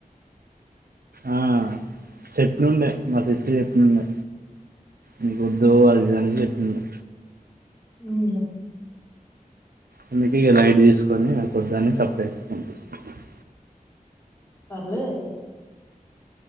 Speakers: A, on the right (about 80°); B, on the left (about 20°).
A: ఆ చెప్పినండే మా సిస్ చెప్పినండే మీకొద్దు అది అని చెప్పిండే
B: ఉ
A: అందుకే ఇగ లైట్ తీసుకొని నాకొద్దాని <unintelligible>
B: పర్లేదు అయితే